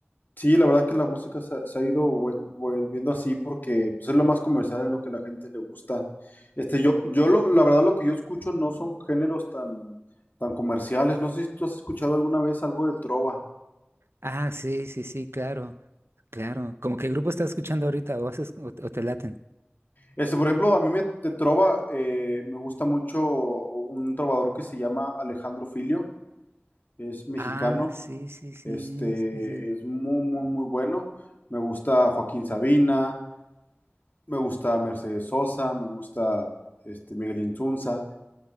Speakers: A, on the left; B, on the right.
A: Sí, la verdad es que la música se, ha se ha ido vuel- volviendo así porque pues, es lo más comercial, es lo que la gente le gusta. Este, yo, yo lo, la verdad lo que yo escucho no son géneros tan, tan comerciales. No sé si tú has escuchado alguna vez algo de trova.
B: Ah, sí, sí, sí, claro, claro. ¿Como qué grupo estás escuchando ahorita? ¿O, haces- o, o te laten?
A: Este, por ejemplo, a mí me, de trova eh, me gusta mucho un trovador que se llama Alejandro Filio, es mexicano,
B: Ah, sí, sí, sí,
A: este,
B: sí, sí.
A: es muy, muy, muy bueno. Me gusta Joaquín Sabina. Me gusta Mercedes Sosa, me gusta este, Miguel Insunza.